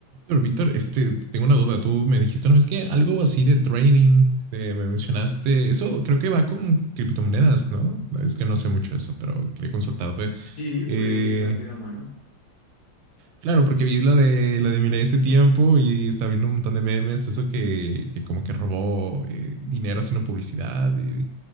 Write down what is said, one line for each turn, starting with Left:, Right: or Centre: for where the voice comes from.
Right: Pero Víctor, este, tengo una duda. Tú me dijiste una vez que algo así de trading, eh, me mencionaste. Eso creo que va con criptomonedas, ¿no? Es que no sé mucho eso, pero quería consultarte.
Left: Sí, puede
Right: Eh,
Left: ir de la mano.
Right: claro, porque vi la de la de Milei ese tiempo y estaba viendo un montón de memes, eso que, que como que robó eh, dinero haciendo publicidad y-